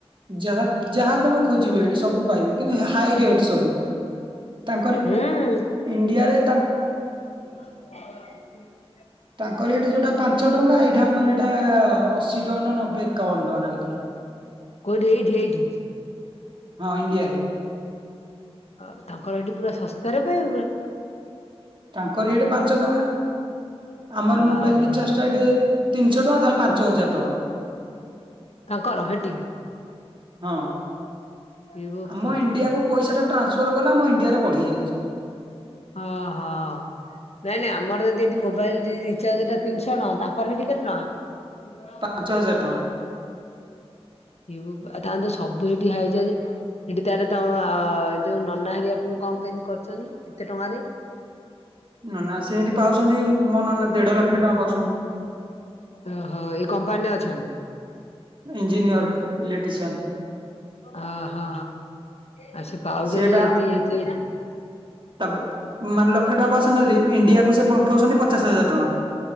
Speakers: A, on the right; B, on the left.
A: ଯାହା ଯାହା ତମେ ଖୋଜିବ ଏଠି ସବୁ ପାଇବେ କିନ୍ତୁ ହାଇରେଟ୍। ସବୁ ତାଙ୍କରି
B: ହୁଁ
A: ଇଣ୍ଡିଆରେ ତାଙ୍କ।
B: <inaudible>
A: ତାଙ୍କର ହେଠି ଯୋଉଟା ପାଞ୍ଚ ଟଙ୍କା ଏଇଠି ଆମର ଏଇଟା-ଆ-ଆ ଅଶୀ ଟଙ୍କା ନା ନବେ ଏକାବନ ଟଙ୍କା ନା କେତେ ଟଙ୍କା।
B: କୋଉଠି ଏଇଠି-ଏଇଠି?
A: ହଁ ଇଣ୍ଡିଆରେ।
B: ହଁ ତାଙ୍କର ହେଇଠି ପୁରା ଶସ୍ତାରେ ପାଇବୁ ପୁରା।
A: ତାଙ୍କର ହେଠି ପାଞ୍ଚ ଟଙ୍କା ଆମର
B: ଆ
A: ମୋବାଇଲ ରିଚାର୍ଜଟା
B: ଭଲ
A: ଏଠି ତିନିଶହ ଟଙ୍କା, ତାଙ୍କର ପାଞ୍ଚ ହଜାର ଟଙ୍କା।
B: ତାଙ୍କର ହେଠି?
A: ହଁ।
B: ଏ ବୋପା
A: ଆମ ଇଣ୍ଡିଆକୁ ପଇସାଟା ଟ୍ରାନ୍ସଫର କଲେ ଆମ ଇଣ୍ଡିଆରେ ବଢି ଯାଉଛି।
B: ଅ-ହ। ନାଇଁ-ନାଇଁ ଆମର ଯଦି ଏଠି ମୋବାଇଲ ରି-ଇ-ରିଚାର୍ଜଟା ତିନିଶହ ଟଙ୍କା ତାଙ୍କର ସେଠି କେତେ ଟଙ୍କା?
A: ପାଞ୍ଚ ହଜାର ଟଙ୍କା।
B: ଏ ବୋପା ତାଙ୍କର ସବୁ ସେଠି ହାଇଚାର୍ଜେ। ସେଠି ତାହେଲେ ତମ ଆ-ଆ-ଆ ଯୋଉ ନନା ହେରିକା ପୁଣି କଣ କେମିତି କରୁଛନ୍ତି ଏତେ ଟଙ୍କାରେ?
A: ନନା ସେ ସେମିତି ପାଉଛନ୍ତି, ମୋ ନନା ଦେଢ ଲକ୍ଷ ଟଙ୍କା ପାଉଛନ୍ତି।
B: ଓହୋ ଏଇ କମ୍ପାନୀରେ ଅଛନ୍ତି?
A: ଇଞ୍ଜିନିୟର। ଇଲେକ୍ଟ୍ରିସିଆନ୍।
B: ଅ ହଁଅ-ଅ ଆଉ ସେ ପାଉଛନ୍ତି
A: ସିଏଟା,
B: ଏତି ଏତି
A: ତା <inaudible> ମାନେ ଲକ୍ଷେ ଟଙ୍କା ପାଉଛନ୍ତି ଯଦି ଇଣ୍ଡିଆକୁ ସେ ପଠଉଛନ୍ତି ପଚାଶ ହଜାର। ଟଙ୍କା।